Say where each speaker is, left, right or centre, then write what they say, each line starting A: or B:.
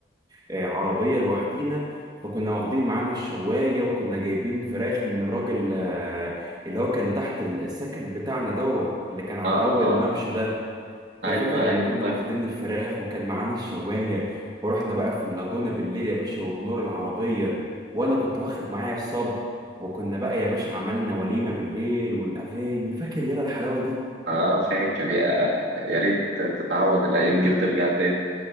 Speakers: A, on the right; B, on the right.
A: العربية لوحدينا فكنا واخدين معانا الشواية وكنا جايبين فراخ من الراجل آه، اللي هو كان تحت ال- السكن بتاعنا دوت اللي كان على
B: اه
A: أول
B: اه
A: الممشى ده
B: ايوه
A: لا فاكر
B: ايوه
A: لما كنا
B: فاكر
A: واخدين الفراخ وكان معانا الشواية ورحنا بقى في اللاجونة بالليل يا باشا وبنور العربية وأنا كنت واخد معايا الصب وكنا بقى يا باشا عملنا وليمة بالليل والأغاني فاكر يلا الحلاوة دي
B: اه فاكر يا يا ريت تتعود الايام دي وترجع تاني